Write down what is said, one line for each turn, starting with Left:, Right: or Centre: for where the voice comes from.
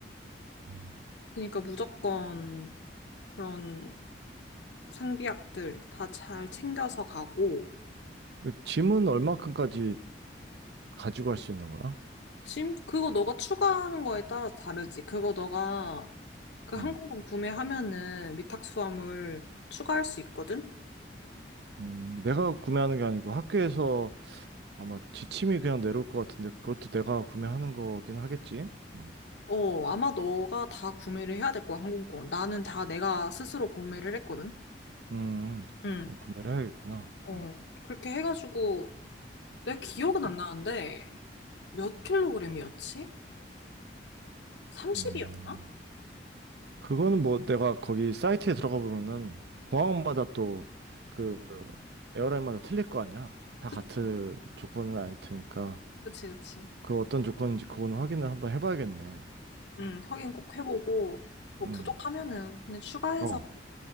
Right: 음.
Left: 그러니까 무조건 그런 상비약들 다 잘 챙겨서 가고,
Right: 그 짐은 얼마큼까지 가지고 갈 수 있는 거야?
Left: 짐? 그거 너가 추가하는 거에 따라서 다르지. 그거 너가 그 항공권
Right: 응.
Left: 구매하면은 위탁 수화물 추가할 수 있거든?
Right: 음, 내가 구매하는 게 아니고 학교에서 아마 지침이 그냥 내려올 것 같은데 그것도 내가 구매하는 거긴 하겠지? 응.
Left: 어, 아마 너가 다 구매를 해야 될 거야, 항공권. 나는 다 내가 스스로 구매를 했거든?
Right: 음,
Left: 응,
Right: 그럼 구매를 해야겠구나.
Left: 어.
Right: 음.
Left: 그렇게 해가지고, 내 기억은
Right: 그-
Left: 안 나는데, 몇 킬로그램이었지? 30이었나?
Right: 음. 그거는 뭐 내가 거기 사이트에 들어가 보면은 공항마다 또 그 에어라인마다 틀릴 거 아니야. 다
Left: 그치,
Right: 같은 조건은 아닐 테니까
Left: 그치, 그치.
Right: 그 어떤 조건인지 그거는 확인을 한번 해봐야겠네.
Left: 응, 확인 꼭 해보고, 뭐
Right: 음.
Left: 부족하면은 그냥 추가해서
Right: 어.